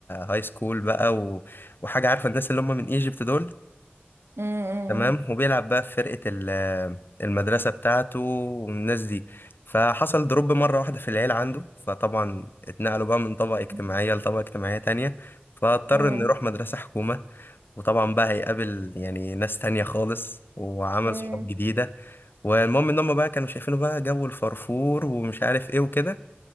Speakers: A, on the left; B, on the right.
A: هاي سكول بقى و... وحاجة عارفة الناس اللي هم من ايجيبت دول
B: امم
A: تمام وبيلعب بقى في فرقة ال- المدرسة بتاعته والناس دي فحصل دروب مرة واحدة في العيلة عنده فطبعا اتنقلوا بقى من طبقة اجتماعية
B: مم.
A: لطبقة اجتماعية تانية فاضطر
B: مم.
A: انه يروح مدرسة حكومة وطبعا بقى هيقابل يعني ناس تانية خالص وعمل
B: مم.
A: صحاب جديدة والمهم ان هم بقى كانوا شايفينه بقى جو الفرفور ومش عارف ايه وكده